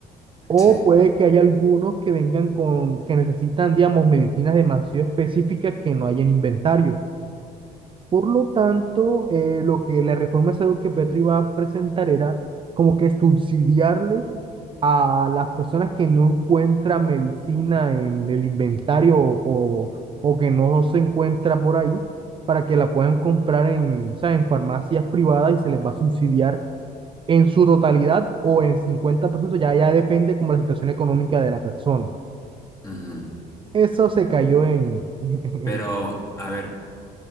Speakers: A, on the right; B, on the left.
A: O
B: Sí.
A: puede que haya algunos que vengan con, que necesitan, digamos, medicinas demasiado específicas que no hay en inventario. Por lo tanto, eh, lo que la reforma es algo que Petro iba a presentar era como que subsidiarles a las personas que no encuentran medicina en el inventario o, o, o que no se encuentra por ahí, para que la puedan comprar en, o sea, en farmacias privadas y se les va a subsidiar en su totalidad o en el 50% ya, ya depende como la situación económica de la persona.
B: Ujú.
A: Eso se cayó en, <laughs>
B: Pero, a ver,